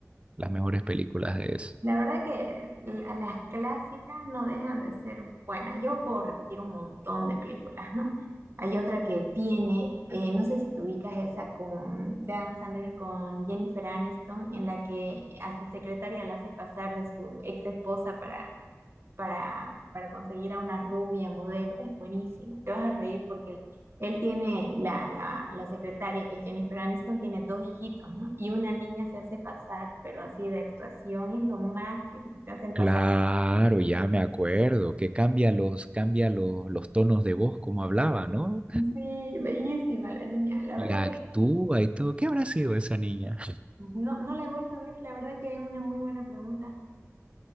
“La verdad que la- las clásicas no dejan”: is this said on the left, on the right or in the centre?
Right